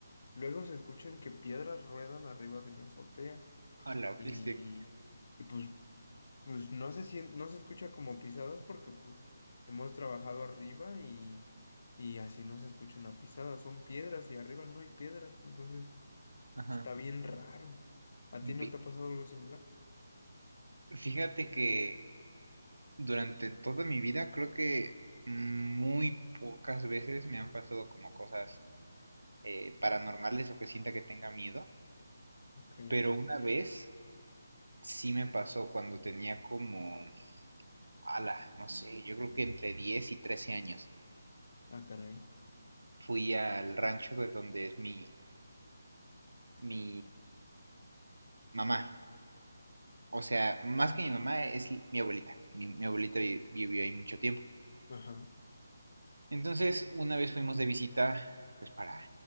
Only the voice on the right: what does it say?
Hola,
¿qué estoy aquí?
Ajá.
Bien.
Fíjate que durante toda mi vida creo que muy pocas veces me han pasado como cosas eh, paranormales o que sienta que tenga miedo,
pero una vez sí me pasó cuando tenía como ala, no sé, yo creo que entre 10 y 13 años.
Fui al rancho de donde es mi, mi mamá. O sea, más que mi mamá, es mi abuelita. Mi, mi abuelita vivió ahí mucho tiempo.
Entonces, una vez fuimos de visita, pues para,